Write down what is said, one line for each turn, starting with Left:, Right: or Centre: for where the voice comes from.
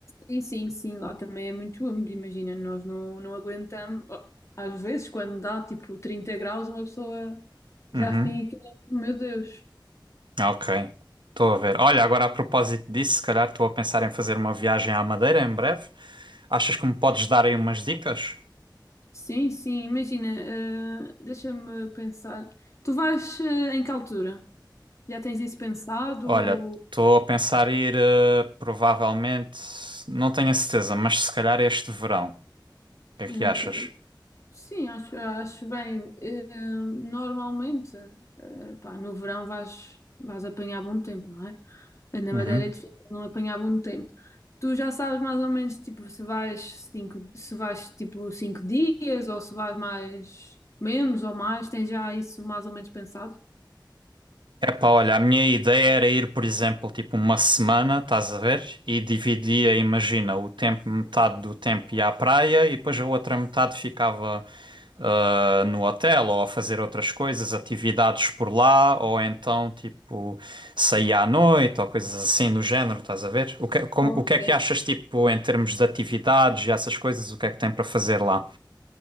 Left: Sim, sim, sim, lá também é muito úmido, imagina, nós não, não aguentamos. Oh, Às vezes, quando dá tipo 30 graus, uma pessoa já
Right: Uhum.
Left: fica, meu Deus.
Right: Ah, Ok, estou a ver. Olha, agora a propósito disso, se calhar estou a pensar em fazer uma viagem à Madeira em breve. Achas que me podes dar aí umas dicas?
Left: Sim, sim, imagina, eh, deixa-me pensar. Tu vais, eh, em que altura? Já tens isso pensado?
Right: Olha, estou a pensar ir, eh, provavelmente, não tenho a certeza, mas se calhar este verão. O que é
Left: Ou...
Right: que achas?
Left: Sim, acho, acho bem. Eh, Normalmente, eh, pá, no verão vais, vais apanhar bom tempo, não é? Eh, Na
Right: Uhum.
Left: Madeira é difícil não apanhar bom tempo. Tu já sabes mais ou menos, tipo, se vais cinco, se vais, tipo, cinco dias ou se vais mais, menos ou mais, tens já isso mais ou menos pensado?
Right: Epá, olha, a minha ideia era ir, por exemplo, tipo uma semana, estás a ver? E dividia, imagina, o tempo, metade do tempo ia à praia e depois a outra metade ficava ah, no hotel ou a fazer outras coisas, atividades por lá, ou então tipo saía à noite ou coisas assim do género, estás a ver? O que, como-
Left: Ok.
Right: o que é que achas, tipo, em termos de atividades e essas coisas, o que é que tem para fazer lá?